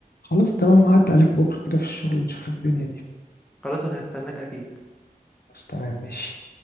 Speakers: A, on the left; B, in the centre.
A: خلاص تمام هعدي عليك بكرة كده في الشغل نشوف الدنيا دي
B: خلاص انا هستناك اكيد
A: بس تمام ماشي